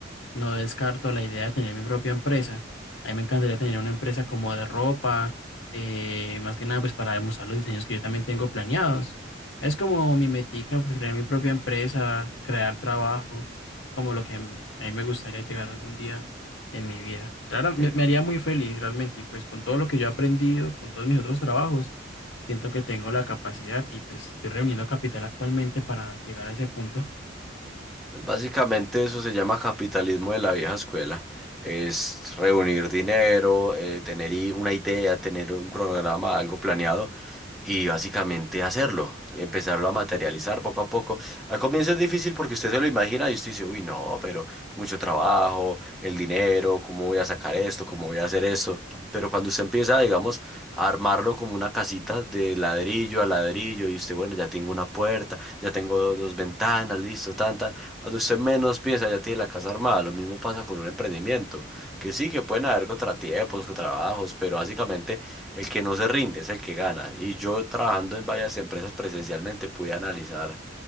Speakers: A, on the left (about 75°); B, in the centre.
A: No descarto la idea de tener mi propia empresa. A mí me encantaría tener una empresa como de ropa, eh, más que nada pues para demostrar los diseños que yo también tengo planeados. Es como mi metica, pues crear mi propia empresa, crear trabajo, como lo que a mí me gustaría llegar algún día en mi vida. O sea, la verdad,
B: Sí.
A: me, me haría muy feliz realmente y pues con todo lo que yo he aprendido, con todos mis otros trabajos, siento que tengo la capacidad y pues estoy reuniendo capital actualmente para llegar a ese punto.
B: Pues básicamente eso se llama capitalismo de la vieja escuela. Es reunir dinero, eh, tener i- una idea, tener un cronograma, algo planeado y básicamente hacerlo, empezarlo a materializar poco a poco. Al comienzo es difícil porque usted se lo imagina y usted dice, uy, no, pero mucho trabajo, el dinero pero cómo voy a sacar esto, cómo voy a hacer esto. Pero cuando usted empieza, digamos, a armarlo como una casita de ladrillo a ladrillo y usted, bueno, ya tengo una puerta, ya tengo do- dos, ventanas, listo, tanta. Cuando usted menos piensa, ya tiene la casa armada. Lo mismo pasa con un emprendimiento, que sí, que pueden haber contratiempos, contrabajos, pero básicamente el que no se rinde es el que gana. Y yo trabajando en varias empresas presencialmente pude analizar